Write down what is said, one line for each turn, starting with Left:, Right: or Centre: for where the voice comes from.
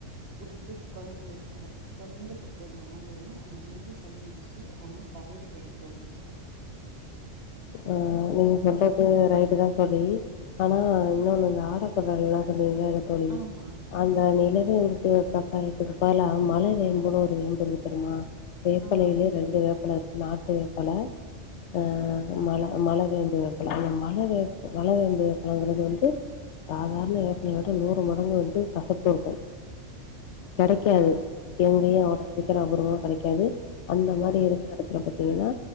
Right: குடுத்து கொழந்தைகளுக்கு தொடந்து குடுத் வந்தானா தோழி அந்த நெஞ்சு சளிங்கிறது ஒண்ணு கரஞ்சி போயிடு தோழி வந்து பாத்தீங்கன் னா
Left: ஆ நீங்க சொல்றது ரைட்டு தா தோழி ஆனா இன்னொன்னு அந்த ஆடாதெட எல்லா சொன்னீங்கள தோழி
Right: ஆமா
Left: அந்த நிலவேம்புக்கு கசாயத்துக்கு பதிலா மலவேம்புனு ஒரு வேம்புருக்கு தெரியுமா வேப்பெலையியே
Right: ஆ
Left: ரெண்டு வேப்பெல இருக்கு நாட்டு வேப்பெல ஆ
Right: ஓஹோ
Left: மல மலவேம்பு வேப்பெல அந்த மல மலவேம்பு வேப்பெலங்கறது வந்து சாதாரண வேப்பிலைய விட நூறு மடங்கு வந்து கசப்பு இருக்கு
Right: அப்படியா
Left: கெடைக்காது எங்கேயு
Right: ம்
Left: அவ்ளோ சீக்கிரோ அபூர்வோ கெடைக்காது அந்த
Right: ம்
Left: மாரி இரு க்க எடத்துல பாத்தீங்கன்னா